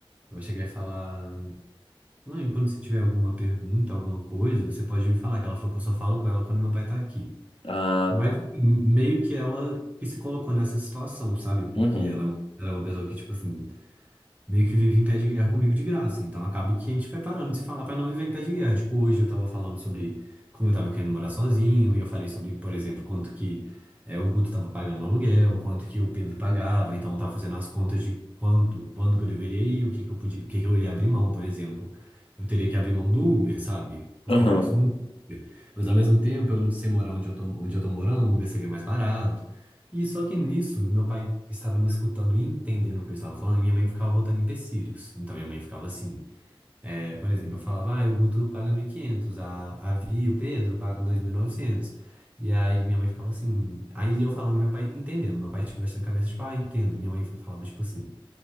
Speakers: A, on the right; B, on the left.
A: Eu vou chegar e falar: Mãe, quando você tiver alguma pergunta, alguma coisa, você pode me falar, que ela falou que eu só falo com ela quando meu pai tá aqui.
B: Ah,
A: Mas,
B: tá.
A: enfim, meio que ela que se colocou nessa situação, sabe? Porque
B: Uhum.
A: ela, ela é uma pessoa que, tipo assim. meio que vive em pé de guerra comigo de graça. Então acaba que a gente vai parando de se falar pra não viver em pé de guerra. Tipo, hoje eu tava falando sobre como eu tava querendo morar sozinho, e eu falei sobre, por exemplo, quanto que é, o Guto tava pagando no aluguel, quanto que o Pedro pagava, então eu tava fazendo as contas de quanto, quando que eu deveria ir, o que que eu podia, o que que eu iria abrir mão, por exemplo. Eu teria que abrir mão do Uber, sabe? Porque
B: Uhum.
A: eu gasto muito. com Uber. Mas ao mesmo tempo, eu, sem morar onde eu tô, onde eu tô morando, o Uber seria mais barato. E só que nisso, meu pai estava me escutando e entendendo o que eu estava falando, e minha mãe ficava botando empecilhos. Então minha mãe ficava assim, é, por exemplo, eu falava, ah, o Guto paga 1.500, a, a Vi e o Pedro pagam dois mil e novecentos E aí minha mãe ficava assim, aí eu falando e meu pai entendendo, meu pai tipo, mexendo a cabeça, tipo, ah, entendo. E minha mãe falava tipo assim,